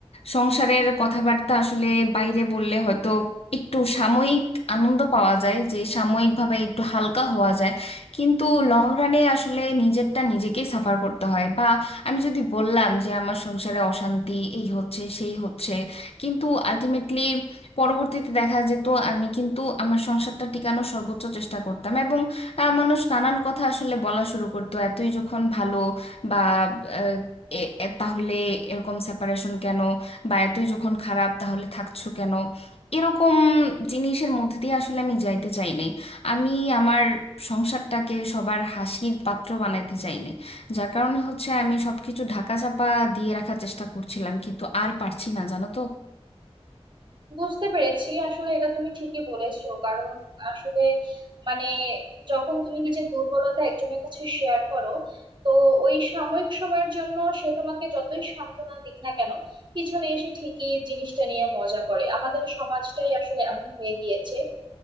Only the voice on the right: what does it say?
বুঝতে পেরেছি আসলে এটা তুমি ঠিকই বলেছো কারণ আসলে মানে যখন তুমি নিজের দুর্বলতা একজনের কাছে শেয়ার করো তো ওই সাময়িক সময়ের জন্য সে তোমাকে যতই সান্ত্বনা দিক না কেন পিছনে এসে ঠিকই জিনিসটা নিয়ে মজা করে আমাদের সমাজটাই আসলে এমন হয়ে গিয়েছে